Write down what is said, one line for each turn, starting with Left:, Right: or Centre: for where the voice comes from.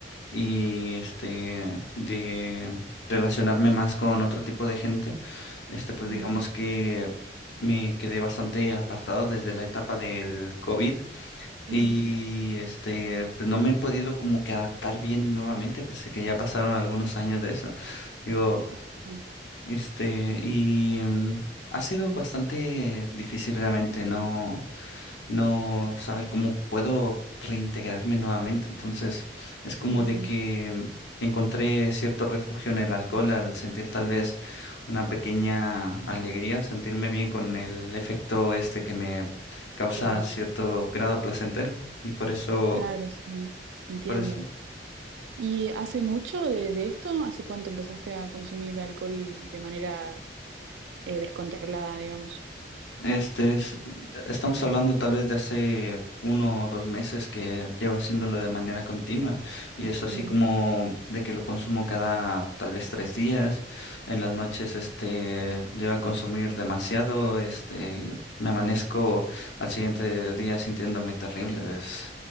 Left: y este de relacionarme más con otro tipo de gente. Este, pues
Right: Mm,
Left: digamos que me quedé bastante apartado desde la etapa del COVID.
Right: ujú.
Left: Y este, pues, no me he podido como que adaptar bien nuevamente, pese que ya pasaron algunos años de eso. Digo,
Right: Ah, no.
Left: este, y mm, ha sido bastante difícil realmente, ¿no? no saber cómo puedo reintegrarme nuevamente. Entonces, es como
Right: ujú,
Left: de que encontré cierto refugio en el alcohol al sentir tal vez una pequeña alegría, sentirme bien con el efecto este que me causa
Right: Claro,
Left: cierto grado placentero. Y por eso,
Right: claro, sí. Entiendo.
Left: por eso.
Right: ¿Y hace mucho de, de esto? ¿Hace cuánto empezaste a consumir alcohol de manera eh, descontrolada, digamos?
Left: Este es, estamos hablando tal vez de hace uno o dos meses que llevo haciéndolo de manera continua y es así
Right: Mm,
Left: como de que lo consumo cada tal vez tres días. En las noches este llego a consumir demasiado, este me amanezco al siguiente día sintiéndome terrible. Es